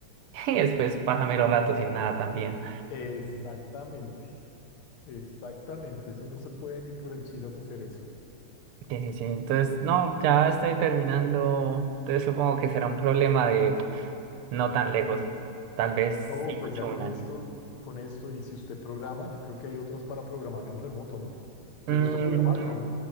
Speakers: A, on the right; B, on the left.
A: <laughs> Y después pasa mero rato sin nada también.
B: Exactamente, exactamente, eso no se puede ni por el chiras hacer eso.
A: Sí, sí, sí. Entonces, no, ya estoy terminando. Entonces supongo que será un problema de no tan lejos. Tal vez
B: No,
A: sí mucho
B: pues ya con
A: un año.
B: esto, con esto, y si usted programa, yo creo que hay otras para programar en remoto, ¿no? ¿Le
A: Mm,
B: gusta programar o no?